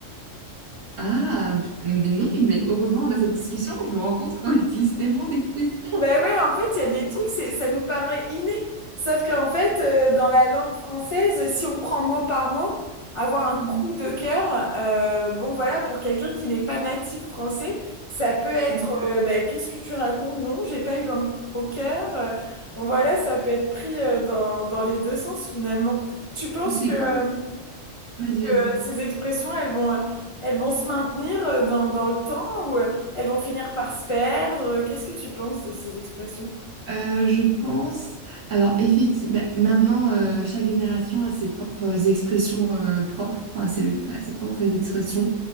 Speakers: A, on the right (about 75°); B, on the left (about 50°).
A: Ah, p- mais non, mais heureusement, on a cette discussion. Je me rends compte qu'on <laughs> utilise tellement d'expressions.
B: Bah ouais, en fait, il y a des trucs, c'est, ça nous paraît inné. Sauf qu'en fait, euh, dans la langue française, si on prend mot par mot, avoir un coup
A: Mm,
B: de cœur, euh, bon voilà, pour quelqu'un qui n'est pas natif français, ça peut être,
A: mm.
B: euh, bah, qu'est-ce que tu racontes? Non, j'ai pas eu un coup au cœur. Euh, Bon voilà, ça peut être pris euh, dans, dans les deux sens finalement. Tu penses
A: Ou C'est
B: que, euh,
A: comme... Vas-y,
B: que
A: vas-y.
B: ces expressions, elles vont, euh, elles vont se maintenir euh, dans, dans le temps ou euh, elles vont finir par se perdre? Qu'est-ce que tu penses de ces expressions?
A: Euh, je pense... Alors, effectivement, maintenant, euh, chaque génération a ses propres expressions euh, propres, enfin, ses, a ses propres expressions.